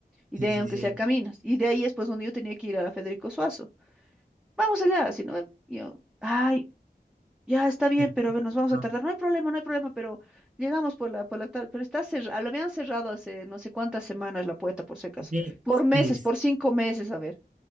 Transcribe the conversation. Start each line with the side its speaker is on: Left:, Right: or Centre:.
Centre: Y
Right: sí,
Centre: de ahí,
Right: sí.
Centre: aunque
Right: sí.
Centre: sea, Sí. caminas. Y de ahí es pues donde yo tenía que ir a la Federico Suazo. Vamos allá, así, ¿no? Y yo, ay. Ya está bien,
Right: El-
Centre: pero a ver, nos vamos a
Right: ah,
Centre: tardar. No hay problema, no hay problema, pero llegamos por la, por la tal. Pero está cerrado, lo habían cerrado hace no sé cuántas semanas la puerta, por si acaso.
Right: Sí,
Centre: Por meses,
Right: sí,
Centre: por cinco meses, a ver.